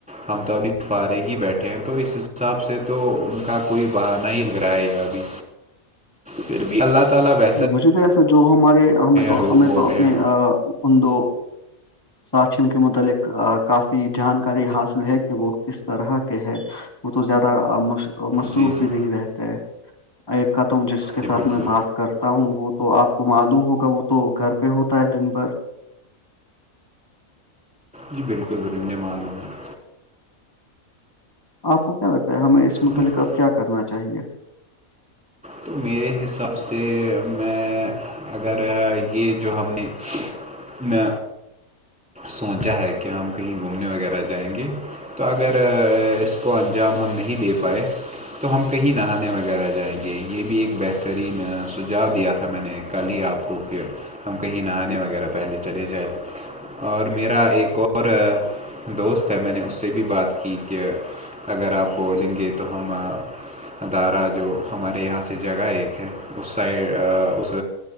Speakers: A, in the centre; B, on the left (about 15°).
A: ہم تو ابھی فارے ہی بیٹھے ہیں تو اس حساب سے تو ان کا کوئی بہانا ہی لگ رہا ہے یہ ابھی
B: <inaudible>
A: پھر بھی اللہ تعی بیٹ <unintelligible>
B: مجھے پ ایسا جو ہمارے ہمیں تو
A: جھوٹ
B: ہمیں
A: بول
B: تو اپنے
A: رہے ہیں
B: ان دو ساتھیوں کے متعلق کافی جانکاری حاصل ہے کہ وہ کس طرح کے ہے <unintelligible> وہ تو زیادہ مش مصروف
A: جی
B: بھی
A: جی
B: نہیں رہتے ایک کا تم جس کے
A: جی
B: ساتھ
A: بالکل
B: میں بات <unintelligible> کرتا ہوں وہ تو آپ کو معلوم ہوگا وہ تو گھر پہ ہوتا ہے دن بھر
A: جی بالکل ب میں معلوم ہے <unintelligible>
B: آپ کو کیا لگتا ہے ہمیں اس متعلق
A: دیکھ
B: اب کیا کرنا چاہیے <unintelligible>
A: تو میرے حساب سے میں اگر یہ جو ہم نے <unintelligible> نے سوچا ہے کہ ہم کہیں گھومنے وغیرہ جائیں گے تو اگر اس کو انجام ہم نہیں دے پائے تو ہم کہیں نہانے وغیرہ جائیں گے یہ بھی ایک بہترین سجاؤ دیا تھا میں نے کل ہی آپ کو کہ ہم کہیں نہانے وغیرہ پہلے چلے جائیں اور میرا ایک اور دوست ہے میں نے اس سے بھی بات کی کہ اگر آپ بولیں گے تو ہم ادارہ جو ہمارے یہاں سے ایسی جگہ ایک ہے اس سائڈ اس